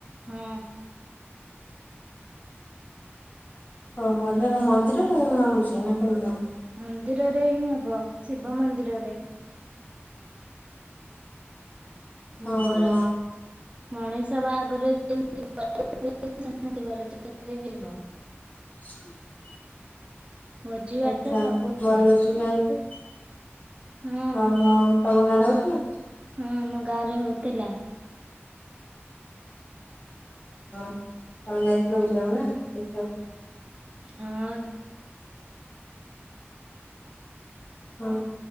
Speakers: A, on the right; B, on the left.
A: ହଁ।
B: ଓହୋ, ହେୟା ମନ୍ଦିରରେ ହଉଚି, ନା କେମିତି କଣ?
A: ମନ୍ଦିରରେ ହିଁ ହେବ, ଶିବମନ୍ଦିରରେ। ହୁଁ
B: ଓହୋ
A: ବର ମଣିଷ ବାହାଘରେ ଯେମିତି ବରଯାତ୍ରୀ ଯାଆନ୍ତି, ସେମିତି ବରଯାତ୍ରୀ ଯିବ।
B: <unintelligible>
A: ଭୋଜି ଭାତ
B: ଆଛା,
A: ସବୁ ହୁଏ।
B: ବରଯାତ୍ରୀ ଯାଇକି
A: ହଁ
B: କହୁନ, ତମ ଗାଁରେ ହଉଥିଲା?
A: ହଁ, ଆମ ଗାଁରେ ହଉଥିଲା।
B: ହଁ ତମେ ଯାଇଥିଲ ବୁଲିବାକୁ ନା, ଦେଖିବାକୁ?
A: ହଁ
B: ହଁ